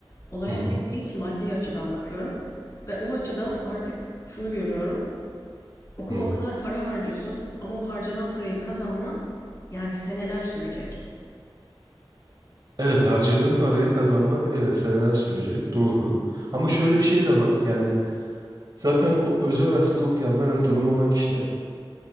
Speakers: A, on the left; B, on the right.
A: Olaya
B: Hı hı.
A: hep ilk maddi açıdan bakıyorum ve o açıdan artık şunu görüyorum. Okula
B: Hı.
A: o kadar para harcıyorsun ama o harcanan parayı kazanman yani seneler sürecek.
B: Evet harcadığın parayı kazanmak evet seneler sürecek doğru. Ama şöyle bir şey de var. Yani zaten o, özel üniversitede okuyanlar hani durumu olan kişiler.